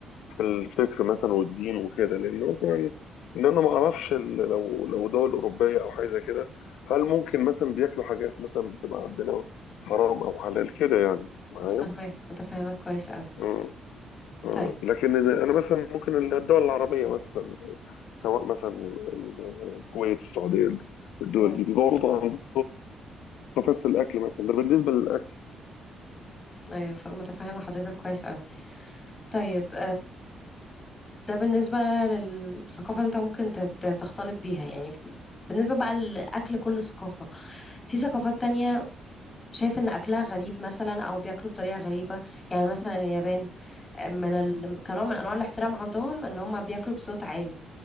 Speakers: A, on the left (about 80°); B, on the left (about 25°).
A: في الفكر مثلا والدين وكده لأن مثلا إن أنا ما أعرفش ال- لو لو دول أوروبية أو حاجة زي كده هل ممكن مثلا بياكلوا حاجات مثلا بتبقى عندنا حرام أو حلال كده يعني معايا؟
B: متفاهمك متفاهمك كويس قوي
A: أه. أه.
B: طيب
A: لكن أنا مثلا ممكن الدول العربية مثلا سواء مثلا الكويت السعوديه الدول
B: مهم.
A: دي برضه عندهم الثقافات في الاكل مثلا ده بالنسبه للاكل
B: أيوة ف- متفاهمة حضرتك كويس قوي طيب ده بالنسبة للثقافة اللي انت ممكن ت- ت- تختلط بيها يعني ف- بالنسبة بقى لأكل كل ثقافة في ثقافات تانية شايف إن أكلها غريب مثلا أو بياكلوا بطريقة غريبة يعني مثلا اليابان آه، من ال... كنوع من أنواع الاحترام عندهم إن هم بياكلوا بصوت عالي